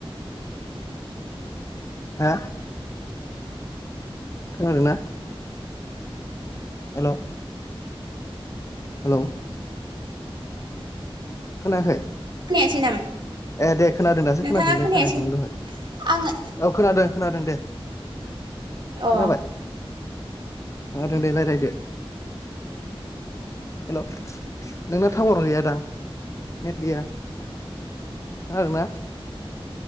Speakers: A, on the left; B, on the right.
A: हा खोनादों ना हेल' हेल' खोनायाखै
B: खोनायासै नामा
A: ए दे खोनादों दासो
B: नोंथाङा
A: खोनाफिनदों
B: खोनायासै
A: खोनायाखैमोन दहाय
B: आङो
A: औ खोनादों खोनादों दे
B: औ
A: खोनाबाय खोनादों दे रायलायदो हेल' नोंना टावार गैया दां नेट गैया आरोना